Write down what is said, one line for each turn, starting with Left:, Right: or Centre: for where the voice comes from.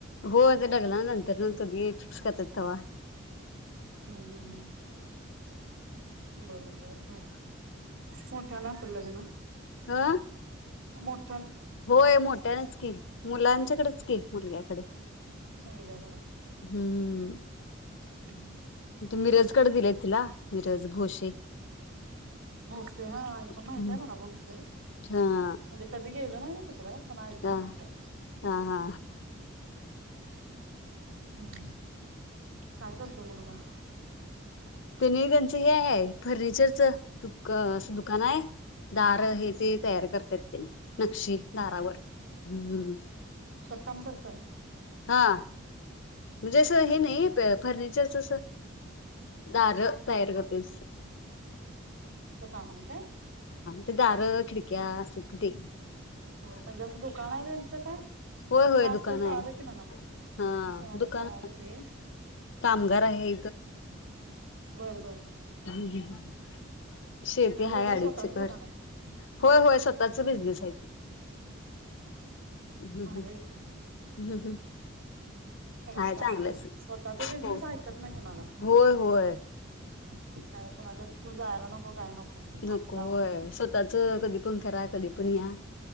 Left: हो आता लग्ना नंतर न कधी फिक्स करतात तवा
Right: हम्म हम्म हं बर बर बर. मोठ्यानं असलं लग्न
Left: ह
Right: मोट
Left: होय मोठ्यानचं कि मुलांच्याकडच कि मुलग्याकड.
Right: मुलग्याकडं
Left: हम्म
Right: हम्म हम्म बर
Left: त मिरजकड
Right: बर
Left: दिलय तिला. मिरज भोशे
Right: भोसले हा ऐकून माहितय
Left: हम्म
Right: मला भोसले म्हणजे
Left: हा.
Right: कधी गेलं नाही न तिकडं. पण ऐकुण
Left: हा
Right: माहिताय.
Left: हा हा
Right: हम् काय करतय मुलगा?
Left: तेनी त्यांचं हे आहे फर्निचरच त क असं दुकान आहे दार हे ते तयार करत्यात. त्यांनी नक्षी
Right: होय
Left: दारावर हम्म
Right: थॉमसारखं.
Left: हा. म्हणजे असं हे नाही पेप फर्नि चर जस दार तयार करतोय तसं
Right: नाय का
Left: ते दार खिडक्या असं किते
Right: होय म्हणजे असं दुकान आहे त्यांचं का?
Left: होय होय
Right: आजतर
Left: दुकान
Right: कळालं
Left: आहे
Right: की मला
Left: हा
Right: कळालं
Left: दुकान
Right: कळालं ते
Left: कामगार
Right: हा हा हम्म
Left: आहे
Right: बर बर
Left: हम्म हम्म शेती
Right: म्हणजे
Left: हाय
Right: त्यांचं
Left: अडीच
Right: स्वतःच
Left: एकर,
Right: दुकान आहे
Left: होय होय स त्याचं बिझनेस आहे. हम्म
Right: भारी आहे ते,
Left: हम्म हम्म हाय
Right: चांगलं
Left: चांगलंच
Right: आहे स्वतःचा बिझनेस
Left: हो
Right: ऐकत नाही कोणाला
Left: होय होय
Right: मग कायपण फक्त जायला नको काय नको
Left: नकोय
Right: आपलं आपलं
Left: स्वतःच कधी पण करा कधी पन या